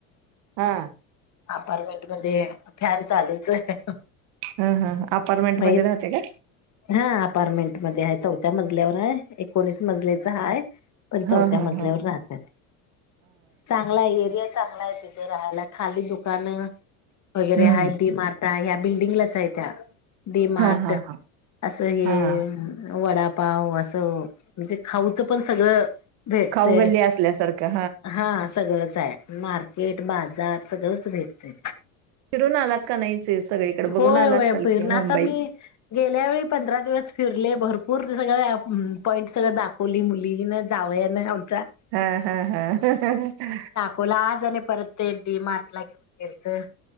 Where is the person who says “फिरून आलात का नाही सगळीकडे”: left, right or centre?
Right